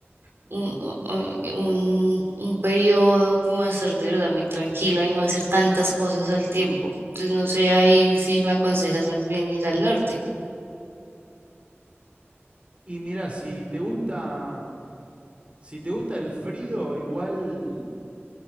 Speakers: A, on the right; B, on the right.
A: un, o- o- eh, un, un periodo como a estar de verdad muy tranquila y no hacer tantas cosas al tiempo. Entonces, no sé, ahí si me aconsejas más bien ir al norte.
B: Y mira, si te gusta, si te gusta el frío, igual,